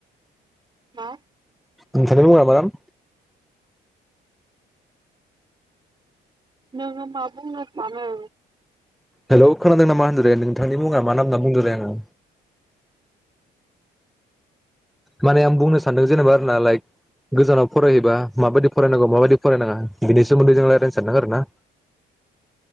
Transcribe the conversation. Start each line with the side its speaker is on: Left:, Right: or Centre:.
Right: मा?
Centre: नोंथांनि मुङा मा नाम?
Right: नोङो मा बुंनो सानो?
Centre: हेलौ खोनादों नामा होन्दों रे नोंथांनि मुङा मा नाम होनना बुंदों रे आङो। माने आं बुंनो सानदों जेनेबा आरोना लाइक गोजानाव फरायहैबा माबायदि फरायनांगौ माबायदि फरायनाङा बिनि सोमोन्दै जों रायज्लायनो सानदों आरो ना।